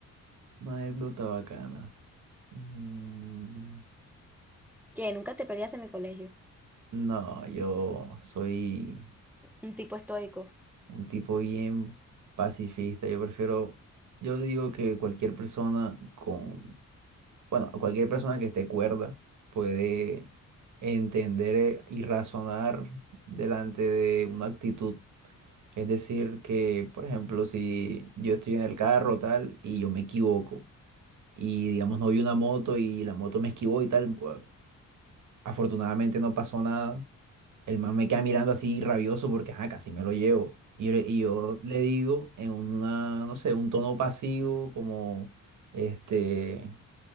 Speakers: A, on the right; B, in the centre.
A: Una anécdota bacana. Mm,
B: Que nunca te peleaste en el colegio,
A: No, yo soy
B: un tipo estoico.
A: un tipo bien pacifista. Yo prefiero, yo digo que cualquier persona con bueno, cualquier persona que esté cuerda puede entender eh, y razonar delante de una actitud. Es decir, que, por ejemplo, si yo estoy en el carro tal y yo me equivoco y, digamos, no vi una moto y la moto me esquivó y tal, pues, afortunadamente no pasó nada. El man me queda mirando así rabioso porque, ajá, casi me lo llevo. Y yo, le- y yo le digo en una, no sé, un tono pasivo como, este...